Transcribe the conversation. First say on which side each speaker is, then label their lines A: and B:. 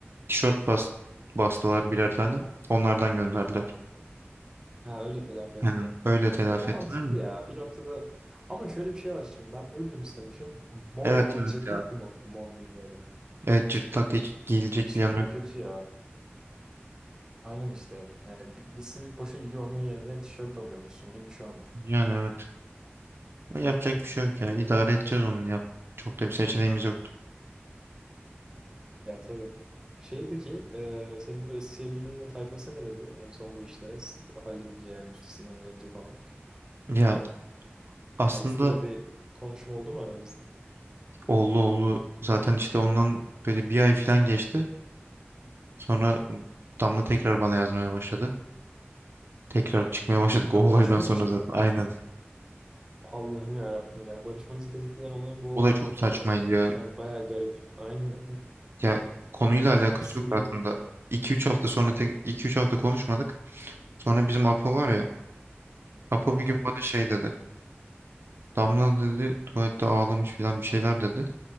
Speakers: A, on the right; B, on the right.
A: tişört bas, bastılar birer tane. Onlardan gönderdiler.
B: ha öyle telafi ettiler.
A: Aynen. Öyle telafi
B: O da mantıklı
A: ettiler de.
B: ya bir noktada. Ama şöyle bir şey var şimdi. Ben mürdüm istemişim. Mor
A: Evet
B: o
A: evet
B: cırtlak
A: ya.
B: bir mor, mor bir böyle.
A: Evet cırtlak hiç gelecek
B: İşte
A: bir yanı
B: o
A: yok.
B: kötü ya. Aynen işte. Yani bir, bir simit boşa gidiyor onun yerine tişört alıyormuşsun gibi bir şey olmuş.
A: Yani evet. Ama Yapacak bir şey yok ya. İdare edeceğiz onu yap. Çok da bir seçeneğimiz yoktu.
B: Ya tabii. Şey peki, e, senin bu eski sevgilinin de tayfası ne dedi? En son bu işlere s- halledince yani üstesinden gelince falan.
A: Ya aslında
B: Ya ekstra bir konuşma oldu mu aranızda?
A: oldu oldu. Zaten işte ondan böyle bir ay falan geçti. Sonra Damla tekrar bana yazmaya başladı. Tekrar çıkmaya başladık
B: Ha
A: o olaydan
B: barışmak
A: sonra
B: için
A: zaten.
B: mi?
A: Aynen.
B: Allah'ım ya Rabbim ya. Barışmanızı tetikleyen olayın bu
A: Olay
B: olmuş
A: çok
B: olması
A: saçmaydı
B: gayet
A: ya.
B: yani bayağı garip. Aynen aynen.
A: Ya konuyla alakası
B: Yani bir sivil
A: yok aslında. iki üç hafta sonra tek 2-3 hafta konuşmadık. Sonra bizim Apo var ya. Apo
B: Aha.
A: bir gün bana şey dedi. Damla dedi tuvalette ağlamış falan bir şeyler dedi.